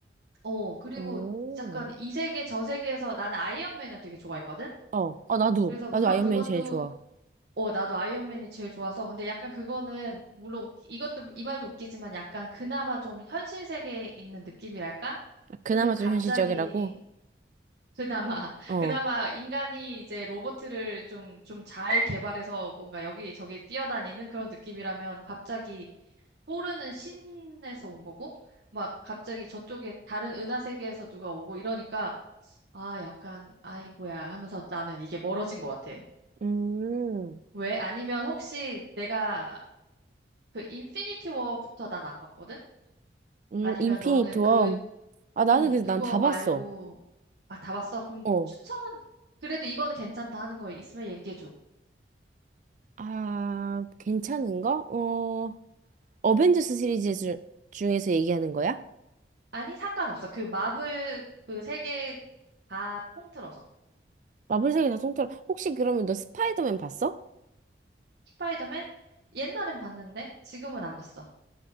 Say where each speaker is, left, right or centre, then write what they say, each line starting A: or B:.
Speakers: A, on the right; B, on the right.
A: 어 그리고
B: 오.
A: 약간 이 세계 저 세계에서 나는 아이언맨을 되게 좋아했거든.
B: 어, 어, 나도.
A: 그래서
B: 나도
A: 물론
B: 아이언맨이
A: 그것도
B: 제일 좋아.
A: 어 나도 아이언맨이 제일 좋아서 근데 약간 그거는 물론 웃기- 이것도 이 말도 웃기지만 약간 그나마 좀 현실 세계에 있는 느낌이랄까?
B: 그나마
A: 근데
B: 좀
A: 갑자기
B: 현실적이라고?
A: 그나마, <laughs>
B: 어.
A: 그나마 인간이 이제 로봇을 좀, 좀 잘 개발해서 뭔가 여기저기 뛰어다니는 그런 느낌이라면 갑자기 포르는 신에서 온 거고, 막 갑자기 저쪽에 다른 은하 세계에서 누가 오고 이러니까, 아, 약간, 아이고야 하면서 나는 이게 멀어진 것 같아.
B: 음,
A: 왜? 아니면 혹시 내가 그 인피니티 워부터 난 안 봤거든?
B: 음,
A: 아니면
B: 인피니트
A: 너는
B: 워.
A: 그,
B: 아, 나는
A: 음,
B: 그래서
A: 그거
B: 난 다 봤어.
A: 말고, 아, 다 봤어? 그럼
B: 어.
A: 추천, 그래도 이거는 괜찮다 하는 거 있으면 얘기해줘.
B: 아, 괜찮은 거? 어, 어벤져스 시리즈 주, 중에서 얘기하는 거야?
A: 아니, 상관없어. 그 마블 그 세 개 다 통틀어서.
B: 마블사계 다 통틀어. 혹시 그러면 너 스파이더맨 봤어?
A: 스파이더맨? 옛날엔 봤는데 지금은 안 봤어.